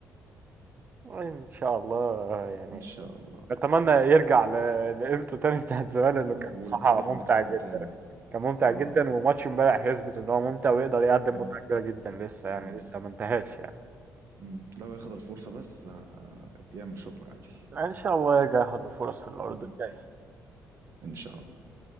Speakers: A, on the right; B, on the right.
A: ان شاء الله آه، يعني
B: ان شاء الله
A: اتمنى يرجع ل- لقيمته تاني بتاعت زمان انه
B: اه
A: كان
B: والبرايم
A: صح ممتع
B: بتاعه
A: جدا
B: تاني
A: كان ممتع
B: اه
A: جدا وماتش امبارح يثبت ان هو ممتع ويقدر يقدم
B: اه
A: متعة كبيرة جدا لسه يعني
B: اه
A: لسه ما انتهاش يعني
B: مم. لو ياخد الفرصه بس آه يعمل شغل عالي
A: ان شاء الله يرجع ياخد الفرص في العروض
B: اه
A: الجاية
B: ان شاء الله